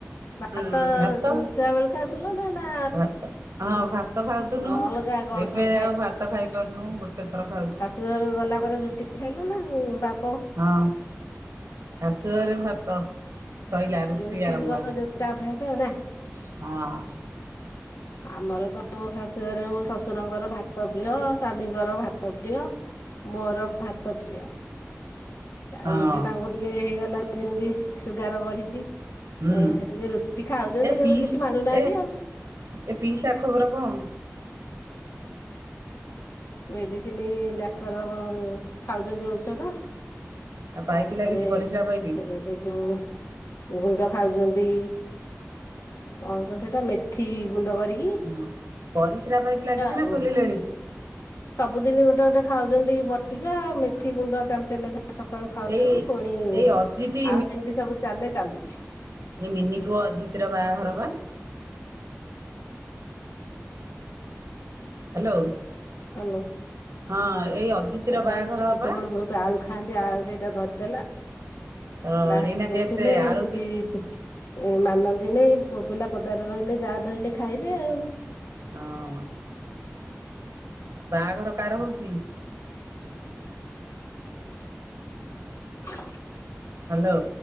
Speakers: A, on the left; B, on the right.
A: ଭାତ
B: ଉଁ
A: ଅ
B: ଭାତ
A: ଛୁଆ ବେଳେ ଖାଉଥିଲ ନା ନା
B: ଭାତ ହଁ ଭାତ ଖାଉଥୁନୁ
A: ଅଲଗା କଣ
B: ଏବେ
A: ସବୁ
B: ଆଉ ଭାତ ଖାଇପାରୁନୁ ଗୋଟେ ଥର ଖାଉଛୁ।
A: ଶାଶୁଘରକୁ ଗଲାପରେ ରୁଟି ଖାଇଲୁ ନା ଭା-
B: ହଁ ଶାଶୁଘରେ ଭାତ। ସଇଲା ରୁଟି
A: ଯୋଉଠିିକି
B: ଆରମ୍ଭ
A: ଗଲ
B: ହେଲା।
A: ସେଇଟା ଅଭ୍ୟାସ ନା।
B: ହଁ।
A: ହ ଆମର ତ ମୋ ଶାଶୁଘରେ ମୋ ଶଶୁରଙ୍କର ଭାତ ପ୍ରିୟ ସ୍ଵାମୀଙ୍କର ଭାତ ପ୍ରିୟ। ମୋର ଭାତ ପ୍ରିୟ। ଆଉ
B: ହଁ
A: ଏବେ ତାଙ୍କୁ ଟିକେ ହେଇଗଲା ଯେମିତି ସୁଗାର ବଢିଛି।
B: ହୁଁ
A: ଏ ସେମତି ରୁଟି ଖାଉଛନ୍ତି
B: ଏ ପିଇସ୍
A: କିନ୍ତୁ କିଛି ମାନୁନାହାନ୍ତି
B: ଏ
A: ଆଉ।
B: ଏ ପିସା ଖବର କଁ?
A: ମେଦିସିନ ଡାକ୍ତର ଖାଉଚନ୍ତି ଔଷଧ।
B: ତା ପାଇପ୍
A: ତାପରେ
B: ଲାଗିଛି ପରିସ୍ରା ପାଇପ୍।
A: ଏ ସେ ଯୋଉ ଗୁଣ୍ଡ ଖାଉଚନ୍ତି ଅଳ୍ପ ସେଟା ମେଥି ଗୁଣ୍ଡ କରି
B: ହୁଁଆ ପରିସ୍ରା ପାଇଁପ ଲାଗିଚି
A: ଆଉ
B: ନା ଖୋଲିଲେଣି?
A: ସବୁଦିନ ଗୋଟେ ଗୋଟେ ଖାଉଛନ୍ତି ବଟିକା ମେଥି ଗୁଣ୍ଡ ଚାମଚେ ଲେଖା ସକାଳୁ ଖାଉଛନ୍ତି
B: ଏଇ
A: ପୁଣି
B: ଏଇ ଅଜିତି
A: ଆଉ ଯେମିତି ସବୁ ଚାଲେ ଚାଲୁଛି।
B: ଯେ ମିନି ପୁଅ ଅଜିତ ର ବାହାଘର ବା? ହ୍ୟାଲୋ।
A: ହ୍ୟାଲୋ।
B: ହଁ ଏଇ ଅଜିତିର
A: ଆ ତାଙ୍କର
B: ବାହାଘର
A: ଛୋଟବେଳୁ
B: ବା
A: ବହୁତ ଆଳୁ ଖାଆନ୍ତି ଆଳୁ ସେଇଟା ଧରିଦେଲା।
B: ତ
A: ବାହରେ
B: ଏଇନା
A: ରହୁଥିଲେ
B: କେତେ ଆଳୁ
A: କିଛି
B: କେତେ
A: ଏ ମାନନ୍ଦୀନି ପୁଅ ପିଲା ପଦରେ ରହିଲେ ଯାହା ଧଇଲେ ଖାଇଲେ ଆଉ।
B: ହଁ। ବାହାଘର କାହାର ହଉଚି?
A: ହ
B: ହ୍ୟାଲୋ।